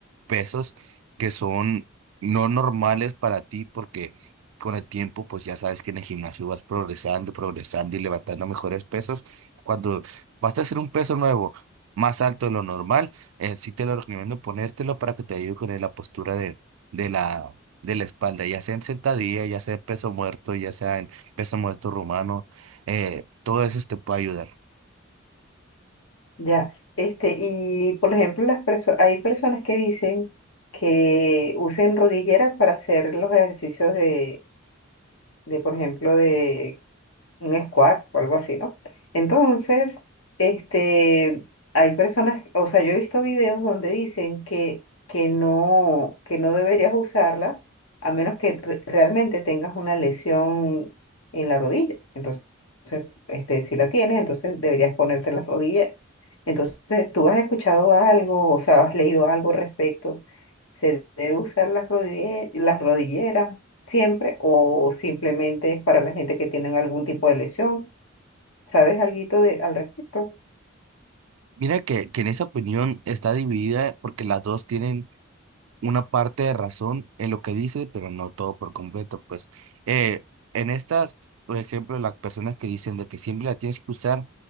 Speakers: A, on the right; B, on the left.
A: pesos que son no normales para ti porque con el tiempo pues ya sabes que en el gimnasio vas progresando, progresando y levantando mejores pesos. Cuando vas a hacer un peso nuevo más alto de lo normal, eh, sí te lo recomiendo ponértelo para que te ayude con la postura de, de la, de la espalda, ya sea en sentadilla, ya sea en peso muerto, ya sea en peso muerto rumano, eh, todo eso te puede ayudar.
B: Ya. Este, y por ejemplo, las perso- hay personas que dicen que usen rodilleras para hacer los ejercicios de de, por ejemplo, de un squat o algo así, ¿no? Entonces, este, hay personas, o sea, yo he visto videos donde dicen que, que no, que no deberías usarlas a menos que re- realmente tengas una lesión en la rodilla. Entonces, este, si la tienes, entonces deberías ponerte las rodillas. Entonces, ¿tú has escuchado algo, o sea, has leído algo al respecto? ¿Se debe usar las rodille- las rodilleras? siempre o simplemente es para la gente que tienen algún tipo de lesión. ¿Sabes alguito de, al respecto?
A: Mira que, que en esa opinión está dividida porque las dos tienen una parte de razón en lo que dice, pero no todo por completo, pues. Eh, en estas, por ejemplo, las personas que dicen de que siempre la tienes que usar,